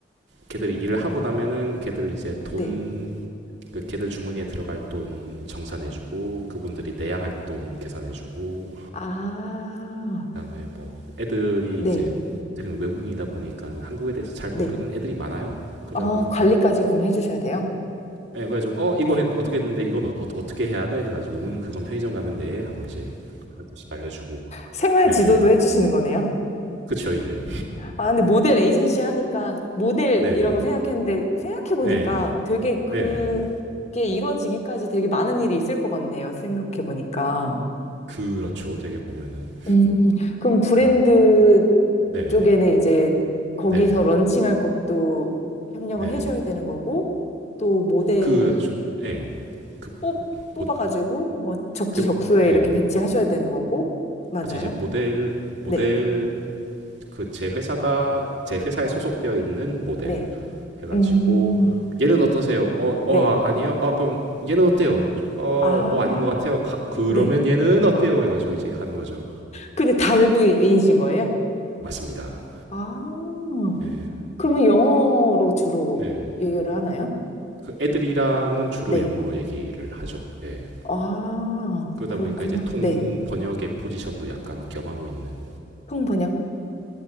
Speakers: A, on the right; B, on the left.
A: 걔들이 일을 하고 나면은 걔들 이제 돈,
B: 네.
A: 그 걔들 주머니에 들어갈 돈 정산해주고 그분들이 내야 할 돈 계산해주고
B: 아,
A: 그다음에 뭐 애들이
B: 네.
A: 이제 되게 외국인이다 보니까는 한국에 대해서 잘
B: 네.
A: 모르는 애들이 많아요. 그러다
B: 아,
A: 보니까는
B: 관리까지 그럼 해주셔야 돼요?
A: 예, 그래가지고 어 이거
B: 네.
A: 했- 어떻게 했는데 이건 어, 떻게 해야 돼? 해가지고 음 그건 편의점 가면 돼 하고 이제 하나씩 알려주고
B: 생활
A: 예
B: 지도도 해주시는 거네요?
A: 그쵸 이제
B: 아, 근데 모델 에이전시 하니까 모델이라고
A: 네네
B: 생각했는데 생각해보니까
A: 네.
B: 되게 그게
A: 네네.
B: 이루어지기까지 되게 많은 일이 있을 것 같네요. 생각해보니까.
A: 그렇죠. 되게 보면은.
B: 음, 그럼 브랜드
A: 어. 네네.
B: 쪽에는 이제 거기서
A: 네네.
B: 런칭할 것도 협력을
A: 네네.
B: 해줘야 되는 거고 또 모델도
A: 그렇죠. 예. 그
B: 뽑, 뽑아가지고
A: 모
B: 뭐 적지적소에
A: 그 예.
B: 이렇게 배치하셔야 되는 거고 맞아요?
A: 그치 이제 모델 모델
B: 네,
A: 그 제 회사가 제 회사에 소속되어 있는 모델
B: 네,
A: 해 가지고
B: 음,
A: "얘는 어떠세요?" "어
B: 네,
A: 어 아 아니요." "아 그럼 얘는 어때요?" 해 가지고 "어
B: 아,
A: 어 아닌 것 같아요." "하 그러면
B: 네.
A: 얘는 어때요?" 해 가지고 이제 하는 거죠.
B: 근데 다 외국인이신 거예요?
A: 맞습니다.
B: 아,
A: 예.
B: 그러면 영어로 주로
A: 네.
B: 얘기를 하나요?
A: 그 애들이랑은 주로
B: 네.
A: 영어로 얘기를 하죠. 예.
B: 아,
A: 그러다
B: 그렇구나.
A: 보니까 이제 통
B: 네.
A: 번역의 포지션도 약간 겸하고 있는
B: 통번역.